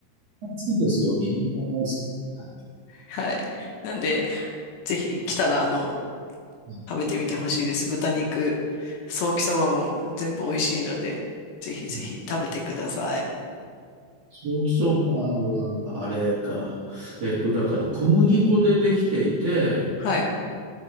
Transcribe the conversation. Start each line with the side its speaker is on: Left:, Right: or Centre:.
Right: 暑いですよ。みんな大好き。はい。
Left: はい。なんで、ぜひ来たら、あの、
Right: うん
Left: 食べてみてほしいです。豚肉、ソーキそばも全部美味しいので、ぜひぜひ食べてください。
Right: うんソーキそばは、あれか。えっと、だから小麦粉でできていて、
Left: はい。